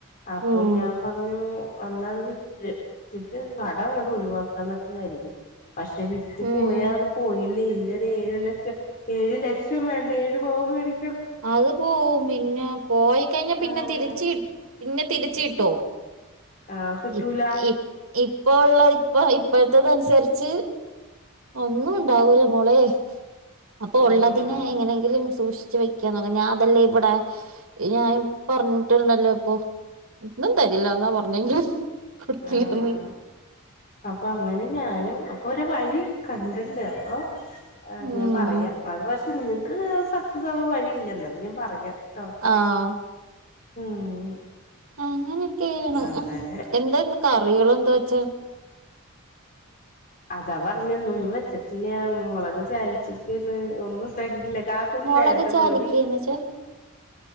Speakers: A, on the left; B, on the right.
A: അപ്പോ
B: ഉം
A: ഞാൻ പറഞ്ഞു വന്ന അത് വിറ്റ് വിറ്റിട്ട് കട അങ്ങോട്ട ഒഴിവാക്കാന്നൊക്കെ കരുതി പക്ഷെ വിറ്റ്
B: ഉം
A: പോയാ അത് പോയില്ലേ പിന്നെ ഏഴ് ലക്ഷം ഏഴ് ലക്ഷം വേണ്ടെ ഏഴ് പവൻ മേടി
B: അത് പോവും പിന്നെ പോയിക്കഴിഞ്ഞാ പിന്നെ
A: ആഹ്
B: തിരിച്ച് പിന്നെ തിരിച് കിട്ടോ?
A: ആഹ് കിട്ടൂല
B: ഇ ഇ ഇപ്പോ ഉള്ളതി ഇപ്പോ ഇപ്പോഴത്തത്നുസരിച്ച് ഒന്നും ഉണ്ടാവൂല മോളെ അപ്പൊ
A: ആഹ്
B: ഉള്ളതിന് എങ്ങനെങ്കിലും സൂക്ഷിച്ചു വെ <unintelligible> ഞാൻ അതല്ലേ ഇവിടെ ഞാൻ പറഞ്ഞിട്ടണ്ടല്ലോ ഇപ്പൊ. ഒന്നും തരില്ല എന്നാ പറഞ്ഞെ കൊടുക്കില്ലാന്ന്
A: ആഹ് അപ്പൊ അങ്ങനെ ഞാനും അപ്പൊ ഒര വഴി കണ്ടിണ്ട് അപ്പൊ ആഹ്
B: ഉം
A: ഞാൻ പറയാം അത് പക്ഷെ ഇങ്ങക്ക് സക്സസ് ആവാൻ വഴിയില്ല ഇന്നാലും ഞാൻ പറയാട്ടോ
B: ആഹ്
A: ഉം
B: അങ്ങനൊക്കെയാണ്
A: അങ്ങനെ
B: എന്താ ഇന്ന് കറികള എന്താ വച്ചാ
A: അതാ പറഞ്ഞെ ഇന്നൊന്നും വെച്ചിട്ടില്ല മുളക് ചാലിച്ചിക്കന്ന് ഒന്നും ഉണ്ടാക്കിട്ടില്ല കാക് ക്കുന്ന്
B: മുളക്
A: നേരത്തെ
B: ചാലിക്കന്ന്
A: പോരി
B: വെച്ചാ